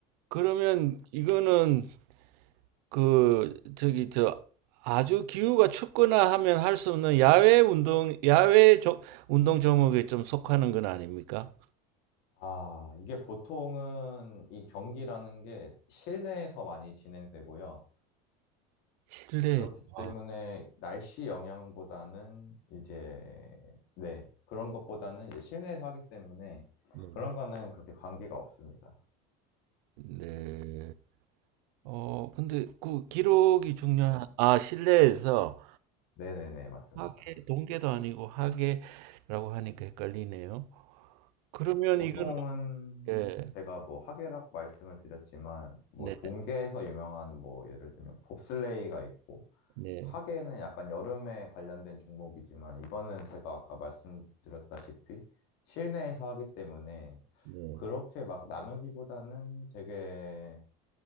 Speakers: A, on the right; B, on the left.
A: 그러면 이거는 그 저기 저 아주 기후가 춥거나 하면 할 수 없는 야외 운동 야외 조, 운동 종목에 좀 속하는 건 아닙니까?
B: 아, 이게 보통은 이 경기라는 게 실내에서 많이 진행되고요.
A: 실내.
B: 그렇기 때문에
A: 아,
B: 날씨 영향보다는 이제, 네, 그런 것보다는 이제 실내에서 하기 때문에
A: 네.
B: 그런 거는 그렇게 관계가 없습니다.
A: 네. 어, 근데 그 기록이 중요한,
B: 네.
A: 아, 실내에서
B: 네네네, 맞습니다.
A: 하계, 동계도 아니고 하계라고 하니까 헷갈리네요. 그러면
B: 보통은
A: 이건, 네,
B: 제가 뭐 하계라고 말씀을 드렸지만, 뭐
A: 네,
B: 동계에서 유명한 뭐 예를 들면 봅슬레이가 있고,
A: 네,
B: 하계는 약간 여름에 관련된 종목이지만, 이거는 제가 아까 말씀드렸다시피 실내에서 하기 때문에
A: 네.
B: 그렇게 막 나누기보다는 되게